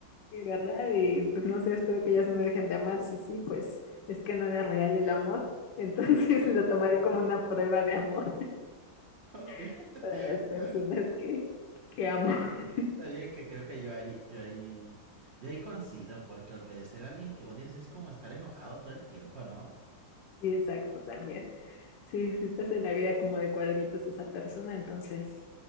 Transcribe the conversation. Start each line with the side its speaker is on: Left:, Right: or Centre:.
Left: y verdad, y pues no sé, espero que ellas no me dejen de amar. Sí, sí, pues es que no era real el amor. Entonces <laughs> lo tomaré como una prueba de amor
Right: Ok, <laughs>
Left: <laughs>
Right: está,
Left: para las personas
Right: no,
Left: que, que amo. <laughs>
Right: está bien que creo que yo ahí, yo ahí, yo ahí coincido, porque obedecer a alguien que odias es como estar enojado todo el tiempo, ¿no?
Left: Sí, exacto, también. Sí, si te hace la vida como de cuadritos esa persona, entonces